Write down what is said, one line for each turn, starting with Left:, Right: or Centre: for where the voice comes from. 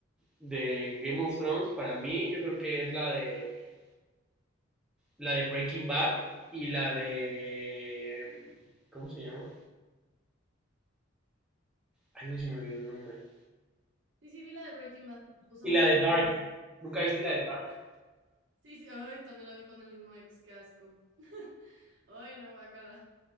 Centre: de Game of Thrones, para mí yo creo que es la de la de Breaking Bad y la de ¿cómo se llama? Ay, güey, se me olvidó el nombre.
Right: sí, sí, vi la de Breaking Bad, me puso
Centre: Y
Right: mi.
Centre: la de Dark. ¿Nunca viste la de Dark?
Right: Sí, sí, ay, también la vi con el mismo ex, qué asco. <laughs> Ay, no, guácala.